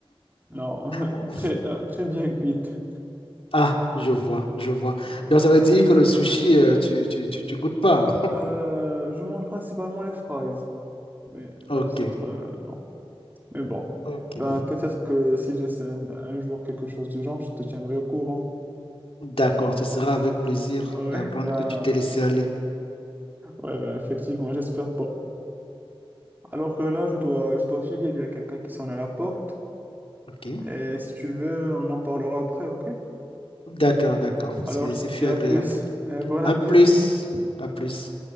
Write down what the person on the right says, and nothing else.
Non,
<laughs> très, euh, très bien cuite.
Non.
Euh, je mange principalement les fries, mais
les
autres, euh, non. Mais bon,
ben, peut-être que si j'essaie un, un jour quelque chose du genre, je te tiendrai au courant.
Ouais,
ben,
ouais, ben, effectivement, j'espère pas. Alors que là, je dois, je dois filer, il y a quelqu'un qui sonne à la porte.
Et si tu veux, on en parlera après, ok?
Alors, je
te
dis
à plus <laughs> et bon
appétit.